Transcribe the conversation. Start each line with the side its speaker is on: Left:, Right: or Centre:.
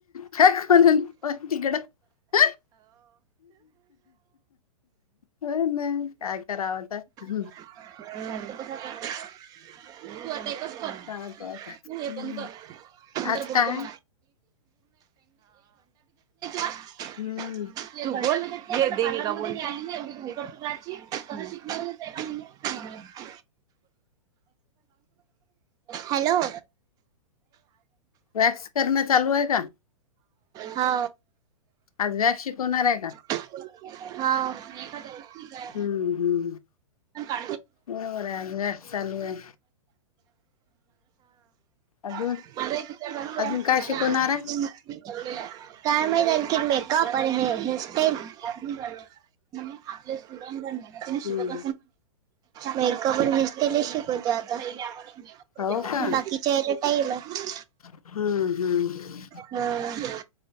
Left: तिकड <unintelligible> हो ना काय कराव आता हम्म,
Right: त कसा करत तू आता
Left: पाहतो
Right: <unintelligible>
Left: आता
Right: तू हे
Left: हम्म.
Right: बंद कर नंतर
Left: आज
Right: बोलतो
Left: काय
Right: म्हणा <unintelligible> <unintelligible>
Left: हम्म <inaudible>
Right: महिन्यात हॅलो
Left: वॅक्स करणं चालू आहे का
Right: हा
Left: आज वव्हॅक्स शिकवणार आहे का?
Right: ह
Left: हम्म हम्म
Right: हा
Left: बरोबर आहे आज वॅक्स चालू आहे अजून
Right: <unintelligible> माझा एक विचार चालू आहे
Left: अजून काय
Right: माझ्या
Left: शिकवणार
Right: आ
Left: आहे
Right: काय माहित आणखी मेकअप आणि हे हेअरस्टाइल म्ह आपले स्टुडंट जर
Left: हम्म.
Right: म शिकत मेकअप <unintelligible> आण नसतील शिकवत्यात <unintelligible>
Left: हो का
Right: बाकीच्या याला टाईम आहे.
Left: हम्म हम्म
Right: हम्म,